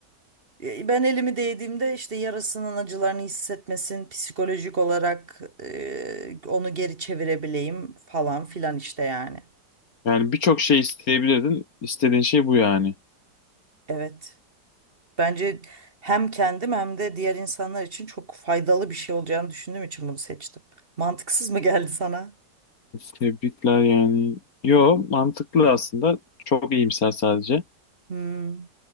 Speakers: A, on the right; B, on the left.
A: E, Ben elimi değdiğimde işte yarasının acılarını hissetmesin. Psikolojik olarak e, onu geri çevirebileyim falan filan işte yani.
B: Yani birçok şey isteyebilirdin. İstediğin şey bu yani.
A: Evet. Bence hem kendim hem de diğer insanlar için çok faydalı bir şey olacağını düşündüğüm için bunu seçtim. Mantıksız mı geldi sana?
B: Tebrikler yani. Yo mantıklı aslında. Çok iyimser sadece.
A: Hmm,